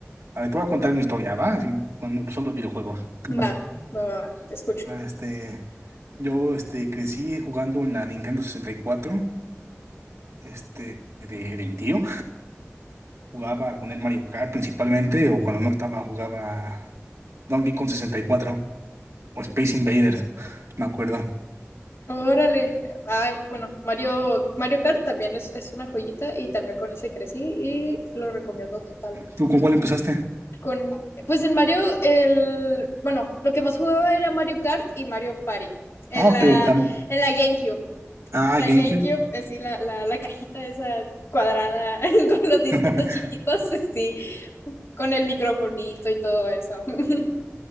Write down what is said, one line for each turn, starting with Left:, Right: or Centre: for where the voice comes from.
Right: A ver, te voy a contar mi historia, ¿va? Así, cuando empezó los videojuegos. <laughs>
Left: Va, va, va, va, te escucho.
Right: Ah, Este, yo este, crecí jugando en la Nintendo sesenta y cuatro este, de, de mi tío. Jugaba con el Mario Kart principalmente, o cuando no estaba, jugaba Donkey Kong sesenta y cuatro o Space Invaders, me acuerdo.
Left: Órale. Ay, bueno, Mario, Mario Kart también es, es una joyita y también con ese crecí y lo recomiendo totalmente.
Right: ¿Tú con cuál empezaste?
Left: Con, pues en Mario, el, bueno, lo que más jugaba era Mario Kart y Mario Party en
Right: Ah,
Left: la,
Right: pero tam-
Left: en la GameCube.
Right: Ah,
Left: En la
Right: GameCube.
Left: GameCube, así la, la, la cajita esa cuadrada <laughs> con los disquitos
Right: <laughs>
Left: chiquitos, <laughs> sí, con el microfonito y todo eso. <laughs>